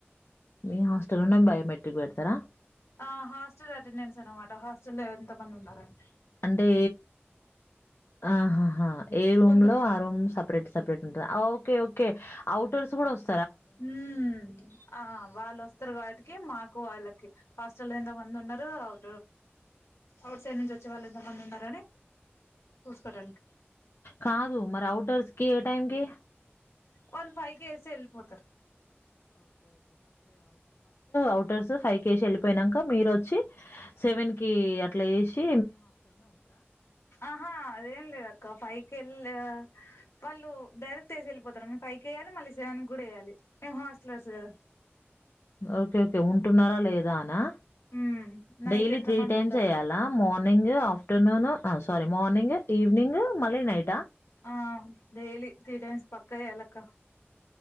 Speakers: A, on the left; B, on the left.
A: మీ హాస్టల్లోనే బయోమెట్రిక్ పెడతారా
B: ఆ హాస్టల్ అటెండెన్స్ అనమాట హాస్టల్లో ఎంత మంది ఉన్నారండి
A: అంటే ఆహహా ఏ రూమ్
B: కొంద
A: లో ఆ రూమ్ సపరేట్ సపరేట్ ఉంటుంది ఓకే ఓకే అఔటర్స్ కూడా వస్తు
B: హ ఆ వాళ్ళు వస్తారు వాబటికి మాకు వాళ్ళకి హాస్టల్ ఎంతో మంది ఉన్నారు అవు అవుట్ సైడ్ నుంచి వచ్చే వాళ్ళు ఎంతో మంది ఉన్నారు అని చూసుకోడానికి
A: కాదు మరి అఔట్డోర్స్ కి ఏ టైంకి
B: వన్ ఫైవ్ కేేస్తే వెళ్ళిపోతారు
A: అఔటర్స్ ఫైవ్ కేసి వెళ్ళిపోయానాక మీరు వచ్చ వ అట్లసి
B: ఆహా అదేం లేద అక్క ఫై ెళ్ళ వాళ్ళు డైరెక్ట్ తీసి వెళ్ళిపోతారుము ఫైకి వెయ్యాలి మళ్ళీ సెవెన్ కూడా వయాలి మేము హాస్టలర్స్ కదా
A: ఓకే ఓకే ఉంటున్నారా లేదా అనా
B: హ్మ్ నైట్
A: డైలీ
B: ఎంత
A: త్రీ
B: మంది
A: టైమ్స్
B: ఉంటున్నారు
A: వయాలా మార్నింగ్ ఆఫ్టర్నూన్ ఆ సారీ మార్నింగ్ ఈవనింగ్ మళ్ళీ నైట్
B: ఆ డైలీ త్రీ టైమ్స్ పక్క ఎలా కుక్క